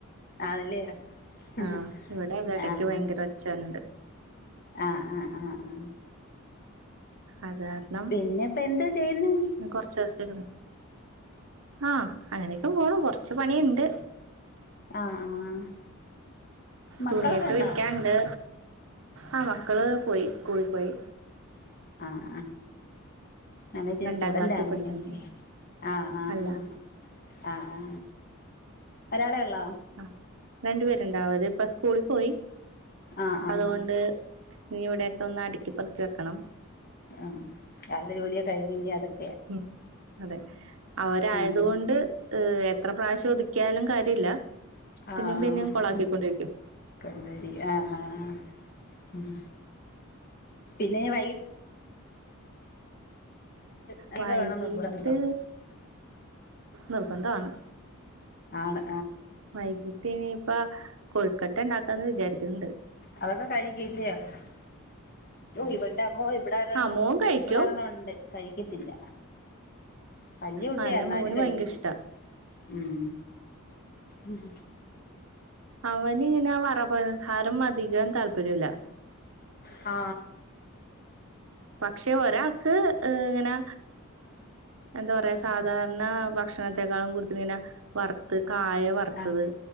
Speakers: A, on the left (about 45°); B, on the right (about 65°).
A: ആണ്ല്ല ആഹ
B: ആഹ് ഇവിടെ അതെ ഇടക്ക്
A: ആഹ്
B: ഭയങ്കര ഒച്ച വരണുണ്ട്
A: ആഹ് ആഹ ആഹ
B: അതാരണം
A: പിന്നെ ഇപ്പ എന്താ ചെയ്യുന്നെ
B: കൊറച്ചസ് ആ അങ്ങനെയൊക്കെ പോണു കൊറച്ച് പണിയുണ്ട്
A: ആഹ് ആഹ് മക്കളൊക്കെ
B: തുണിയക്ക
A: ഉണ്ടോ
B: വിരിക്കാണ്ട് ആഹ മക്കള് പോയി സ്കൂളിൽ പോയി
A: ആ അമ്മേച്ചി
B: രണ്ടാം
A: സ്റ്റുഡന്റ്
B: ക്ലാസ്സിൽ
A: ആണോന്നോച്ച
B: പഠിക്കുന്നു
A: ആ് ആ ആ ആഹ
B: അല്ല
A: ആഹ ഒരാളെ ഉള്ളോ
B: ആ രണ്ടു പേരുണ്ടാവര് ഇപ്പ സ്കൂളിൽ പോയി
A: ആഹ്
B: അപ്പൊ
A: ആഹ്
B: അതുകൊണ്ട്
A: ആഹ്
B: ഇനി ഇവിടെയൊക്കെ ഒന്ന് അടുക്കിപ്പറക്കി വെക്കണം
A: ആഹ രാവിലെ ജോലിയ കഴിഞ്ഞ ഇനി അതൊക്കെ
B: ഉം അതെ അവരായത
A: ഏഹ്
B: കൊണ്ട് ഏഹ് എത്ര പ്രാവശ്യം ഒതുക്കിയാലും കാര്യമില്ല പിന്നെയും
A: ആഹ
B: പിന്നെയും കൊളാക്കിക്കൊണ്ടിരിക്കും
A: കൊണ്ടരി ആഹ ആഹ് ഉം പിന്നെ വൈ കടിയൊക്കെ
B: വൈകിട്ട്
A: വേണം നിർബന്ധണ്ടോ
B: നിർബന്ധമാണ്
A: ആണ
B: വൈകിട്ട് ഇനിയിപ്പ കൊഴുക്കട്ട ഉണ്ടാക്കാന്ന് വിചാരിക്കുന്നുണ്ട്
A: അതൊക്കെ കഴിക്കല്ലയോ ഇവിടന്റമ്മോ ഇവിടെ ഒരണ
B: ആ മോൻ കഴിക്കും
A: ഇവിടൊരണ ഒണ്ട് കഴിക്കത്തില്ല വല്യകുട്ടിയ
B: ആ എന്റെ
A: എന്നാലും
B: മോന്
A: കഴിക്കത്തില്ല
B: ഭയങ്കര ഇഷ്ടാ
A: ഉം ഉം
B: അവനി ഇങ്ങനെ വറപലഹാരം അധികം താല്പര്യമില്ല
A: ആ
B: പക്ഷെ ഒരാൾക്ക് ഇങ്ങനെ എന്താ പറയാ സാധാരണ ഭക്ഷ ഭക്ഷണത്തെേക്കാളും കൂടുതല ഇങ്ങനെ വറുത്ത് കായ വറുത്തത്
A: ആഹ്